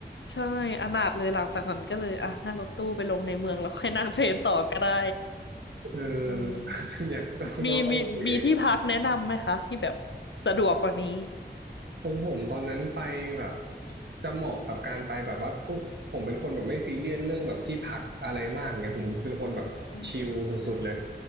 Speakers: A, on the left; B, on the right.
A: ใช่อนาถเลยหลังจากนั้นก็เลยอ่ะนั่งรถตู้ไปลงในเมืองแล้ว <laughs> ค่อยนั่งเทรนต่อก็ได้
B: เออ
A: อืม
B: <laughs> อยากก็ต้องเว
A: มีมีมีที่พักแนะนำไหมคะที่แบบสะดวกกว่านี้
B: ของผมตอนนั้นไปแบบจะเหมาะกับการไปแบบว่าต้องผมเป็นคนแบบไม่ซีเรียสเรื่องแบบที่พักอะไรมากเงี้ยผมเป็นคนแบบชิลสุดๆเลย
A: อืม